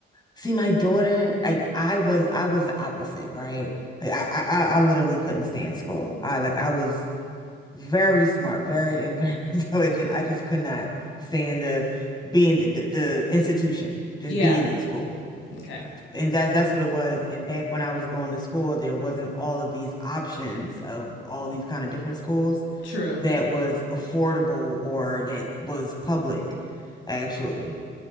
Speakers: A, on the left (about 20°); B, on the left (about 80°).
A: see my daughter, like I was I was the opposite, right? Like I I, I I literally couldn't stand school. I like I was Very smart, very and very <laughs> intelligent. I just could not stand the being the, the institution, just
B: Yeah.
A: being in school.
B: Okay.
A: And that's that's what it was. And back when I was going to school, there wasn't all of these options of all these kind of different schools
B: True.
A: that was affordable or that was public, actually.